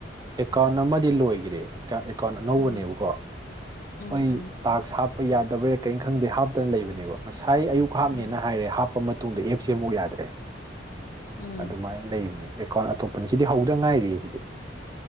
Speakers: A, on the right (about 20°); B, on the left (about 50°).
A: ꯑꯦꯀꯥꯎꯟ ꯑꯃꯗꯤ ꯂꯣꯏꯈꯔꯦ ꯑꯦꯀꯥꯎꯟ ꯑꯅꯧꯕꯅꯦꯕꯀꯣ
B: ꯎꯝ
A: ꯑꯣꯏ
B: ꯎꯝ ꯎꯝ
A: ꯇꯥꯛꯁ ꯍꯥꯞꯄ ꯌꯥꯗꯕꯔ ꯀꯩꯅꯣ ꯈꯪꯗꯦ ꯍꯥꯞꯇꯅ ꯂꯩꯕꯅꯦꯕ ꯉꯁꯥꯏ ꯑꯌꯨꯛ ꯍꯥꯞꯅꯦꯅ
B: ꯎꯝ
A: ꯍꯥꯏꯔꯦ ꯍꯥꯞ ꯃꯇꯨꯡꯗ ꯑꯦꯞꯁ ꯑꯃꯨꯛ ꯌꯥꯗ꯭ꯔꯦ
B: ꯎꯝ
A: ꯑꯗꯨꯃꯥꯏꯅ ꯂꯩꯕꯅꯦ ꯑꯦꯁꯀꯥꯎꯟ ꯑꯇꯣꯞꯄꯅꯤ ꯁꯤꯗꯤ ꯍꯧꯗ ꯉꯥꯏꯔꯤ ꯁꯤꯗꯤ